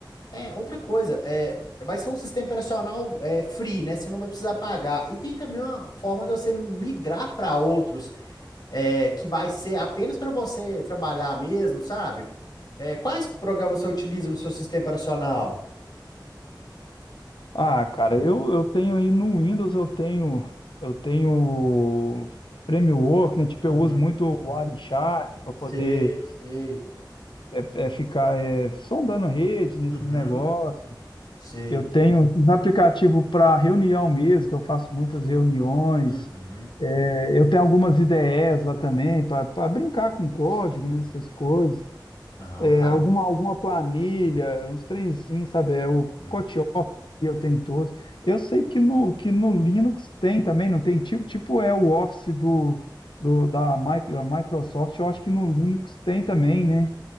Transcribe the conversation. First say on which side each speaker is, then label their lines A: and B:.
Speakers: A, on the left; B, on the left.
A: É, outra coisa, é, vai ser um sistema operacional é, free, né? Você não vai precisar pagar. E tem também uma forma de você migrar para outros, é, que vai ser apenas para você trabalhar mesmo, sabe? É, quais programas você utiliza no seu sistema operacional?
B: Ah, cara, eu, eu tenho aí no Windows, eu tenho eu tenho Framework, né? Tipo,
A: Uhum.
B: eu uso muito o Wireshark para
A: Sei,
B: poder
A: sei.
B: é, é, ficar é, sondando rede nesses
A: Uhum.
B: negócios.
A: Sei.
B: Eu tenho um aplicativo para reunião mesmo, que eu faço muitas reuniões.
A: Uhum.
B: É, Eu tenho algumas ideias lá também, para brincar com código,
A: Sim.
B: né, essas coisas.
A: Não,
B: É,
A: cara.
B: alguma, alguma planilha, uns trenzinhos, sabe? É, o
A: uhum.
B: pacote Office, eu tenho todos. Eu sei que no, que no Linux tem também, não tem tipo, tipo é o Office do, do, da Mi- da Microsoft, eu acho que no Linux tem também, né?